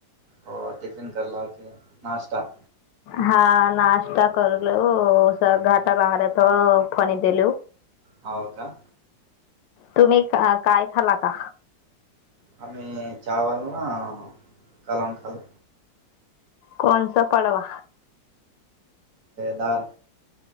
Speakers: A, on the right; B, on the left.
A: हो टिफिन करला क नाश्ता
B: हा नाश्ता करलु घाट बाहेर त फणी देल
A: हव का
B: तुम्ही काय खाला का
A: चहा चचावलन कलान काला
B: कोणसा पडवा
A: डाळ